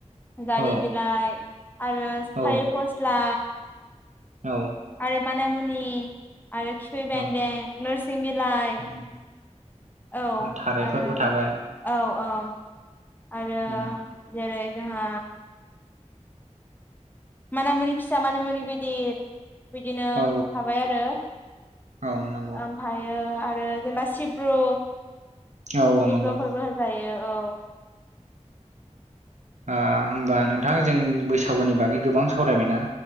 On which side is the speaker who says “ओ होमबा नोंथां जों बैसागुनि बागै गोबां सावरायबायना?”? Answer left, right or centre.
Right